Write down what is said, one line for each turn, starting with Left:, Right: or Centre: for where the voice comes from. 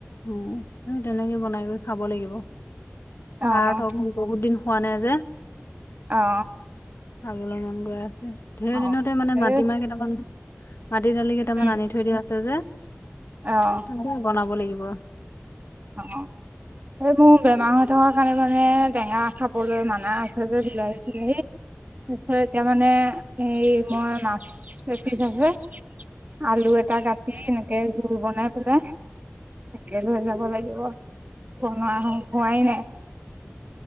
Left: উম সেই তেনেকে বনাই খাব লাগিব।
Right: অ',
Left: ভাত'হক বহুত দিন হোৱা নাই যে।
Right: অ
Left: খাবলৈ মন গৈ আছে। ঢেৰ
Right: অ',
Left: দিনতে মানে
Right: এই
Left: মাটিমাহ কেইটামান মাটি দালি কেইটামান
Right: উম,
Left: আনি থৈ দিয়া আছে যে
Right: অ',
Left: তাকে বনাব লাগিব।
Right: অ এই মোৰ বেমাৰ হৈ থকাৰ কাৰণে মানে টেঙা খাবলৈ মানা আছে যে বিলাহী- চিলাহী তাৰপিছত এতিয়া মানে এই মই মাছ এপিছ আছে আলু এটা কাটি এনেকে জোল বনাই পেলাই তাকে লৈ যাব লাগিব। ভঙা হোৱাই নাই।